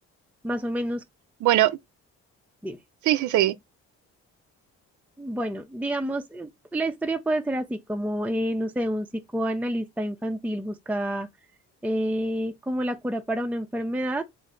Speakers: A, in the centre; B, on the right.
A: más o menos,
B: bueno,
A: dime.
B: sí, sí, sí,
A: Bueno, digamos, eh, la historia puede ser así, como, eh, no sé, un psicoanalista infantil busca eh, como la cura para una enfermedad